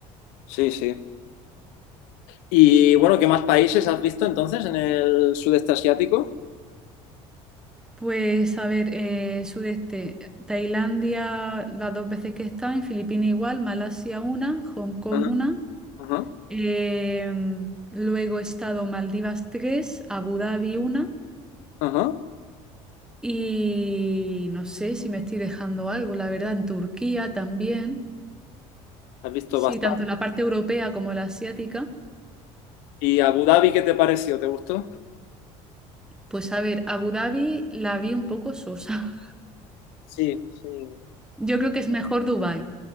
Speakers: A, on the left; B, in the centre.
A: Sí, sí. Y bueno, ¿qué más países has visto entonces en el sudeste asiático?
B: Pues a ver, eh, sudeste, Tailandia las dos veces que he estado, en Filipinas igual, Malasia una, Hong Kong
A: Ajá,
B: una.
A: ajá,
B: Em, luego he estado Maldivas 3, Abu Dhabi una
A: ajá.
B: y no sé si me estoy dejando algo, la verdad, en Turquía también.
A: Has visto
B: Sí,
A: bastante.
B: tanto la parte europea como la asiática.
A: ¿Y Abu Dhabi qué te pareció? ¿Te gustó?
B: Pues a ver, Abu Dhabi la vi un poco sosa.
A: Sí, sí.
B: <laughs> Yo creo que es mejor Dubái,